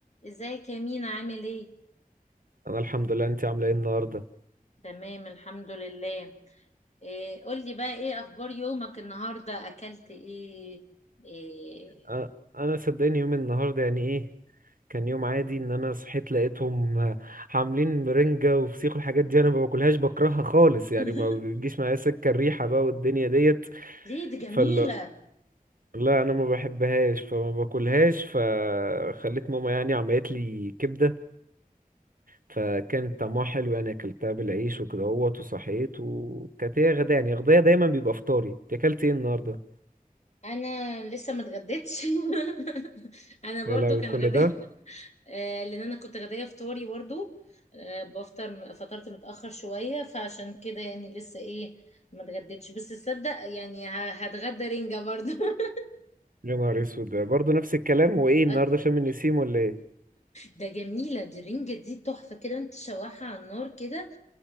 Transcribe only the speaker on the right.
انا الحمد لله انت عامله ايه النهارده
أ- انا صدقني يوم النهارده يعني ايه كان يوم عادي ان انا صحيت لقيتهم آه، عاملين مرنجة وفسيخ والحاجات دي انا ما باكلهاش بكرهها خالص يعني
ما بتجيش معايا سكه الريحه بقى والدنيا ديت
فلا لا انا ما بحبهاش فما باكلهاش فخليت ماما يعني عملت لي كبده فكانت طعمها حلو يعني اكلتها بالعيش وكده اهوت وصحيت وكانت هي غدا يعني غدايا دايما بيبقى فطاري أنت اكلت ايه النهارده
يا لهوي
كل
ده
يا نهار اسود ده برضه نفس الكلام هو ايه النهارده
شم النسيم ولا ايه